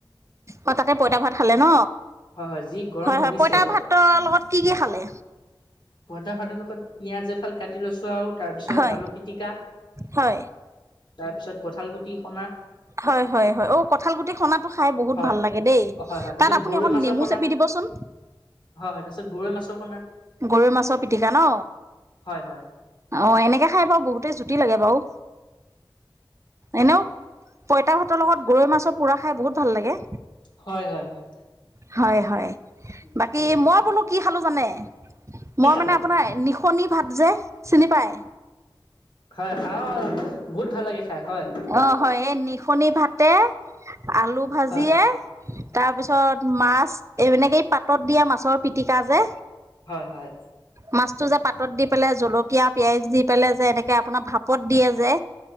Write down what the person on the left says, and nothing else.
হয় হয় যি গৰম
পৰিছে
পইটা ভাতৰ লগত পিঁয়াজ এফাল কাটি লৈছোঁ আৰু। তাৰপিছত
আলু পিটিকা
তাৰপিছত কঠাল গুটি সনা।
হয়
হয় হয় তাৰপিছত
গৰৈ
মাছৰ
কণা
হয়, হয়। তাৰপিছত গৰৈ মাছৰ অকমান
হয় হয়
হয়, হয়, হয়।
হয়
হয়
কি
খালে
হয় হয়, বহুত ভাল লাগেখাই হয়।
হয়
হয়, হয়।